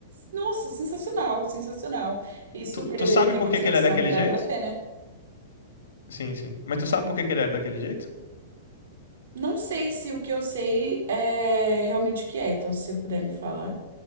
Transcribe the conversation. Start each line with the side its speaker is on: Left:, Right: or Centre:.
Right: nossa, sensacional, sensacional. E super
Left: Tu,
Right: deveria
Left: tu sabe
Right: ter
Left: por
Right: continuação,
Left: que que ele é daquele
Right: que era
Left: jeito?
Right: pra ter, né?
Left: Sim, sim. Mas tu sabe por que que ele é daquele jeito?
Right: Não sei se o que eu sei é realmente o que é, então se você puder me falar.